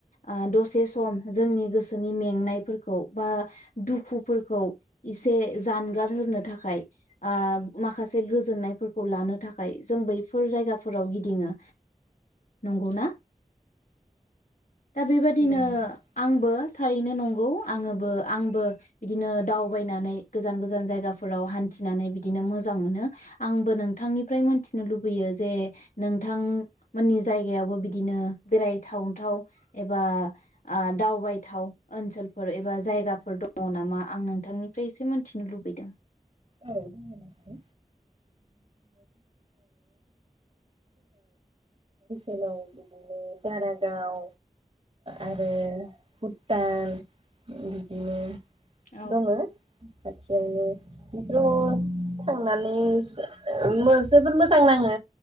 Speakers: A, on the left (about 70°); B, on the right (about 45°).
A: ओ दसे सम जोंनि गोसो जोंनि मेंनायफोरखौ बा दुखु फोरखौ इसे जानगार होनो थाखाय ओ माखासे गोजोननायफोरखौ लानो थाख जों बैफोर जायगाफोराव गिदिङो नंगौ ना? बो
B: नंगौ नोंथां।
A: थारैनो नंगौ आङो बो आंबो बिदिनो दावबायनानै गोजान गोजान जायगाफोराव हान्थिनानै बिदिनो मोजां मोनो आंबो नोंथांनि फ्राय मोनथिनो लुबैयो जे नोंथां मोननि जायगायावबो बिदिनो बेरायथावथाव एबा ओ दावबायथाव ओनसोलफोर एबा जायगाफोर दङ नामा आं नोंथांनिफ्राय एसे मिथिनो लुबैदों।
B: औ <unintelligible> ओनसोलाव बिदिनो दारागाव आरो भुटान बिदिनो
A: औ
B: दङो खाथियावनो बिफोराव थांनानै ज ओ मो जोबोद मोजां नाङो